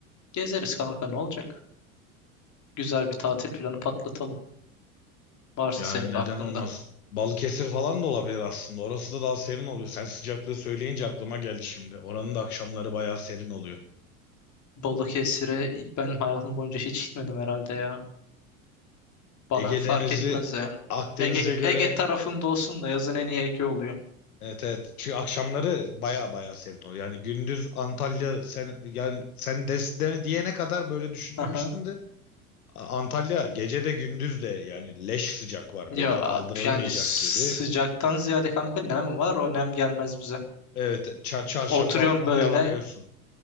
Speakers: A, on the left; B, on the left.
A: Gezeriz kanka ne olacak? Güzel bir tatil planı patlatalım. Varsa
B: Yani
A: senin
B: neden
A: de aklında.
B: olmasın? Balıkesir falan da olabilir aslında. Orası da daha serin oluyor. Sen sıcaklığı söyleyince aklıma geldi şimdi. Oranın da akşamları bayağı serin oluyor.
A: Balıkesir'e ben hayatım boyunca hiç gitmedim herhalde ya. Bana
B: Ege
A: fark
B: Denizi
A: etmez yani.
B: Akdeniz'e
A: Ege,
B: göre
A: Ege tarafımda olsun da yazın en iyi Ege oluyor.
B: evet evet. Çünkü akşamları bayağı bayağı serin oluyor. Yani gündüz Antalya sen yani sen des, de- diyene kadar böyle düşünmemiştim
A: Aha.
B: de A- Antalya gece de gündüz de yani leş sıcak var
A: Ya
B: böyle kaldırılmayacak
A: yani sıcaktan
B: gibi.
A: ziyade kanka nem var o nem gelmez bize.
B: Evet ça- çarşafa
A: Oturuyorum
B: mum
A: böyle
B: yalanıyorsun.